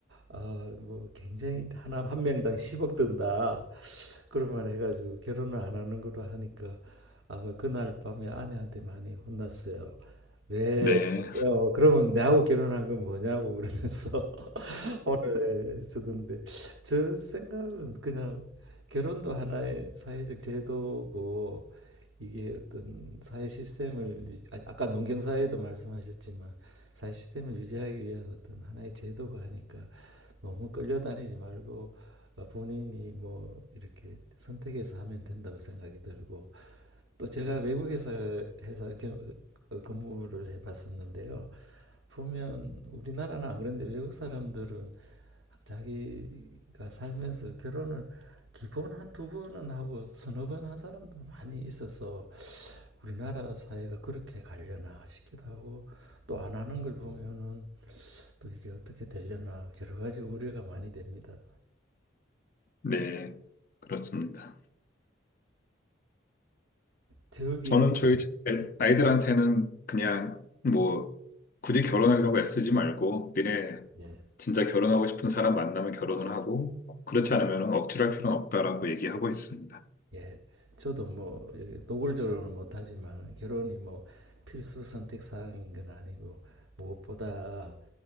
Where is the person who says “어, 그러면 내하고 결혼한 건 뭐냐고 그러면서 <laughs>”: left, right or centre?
Right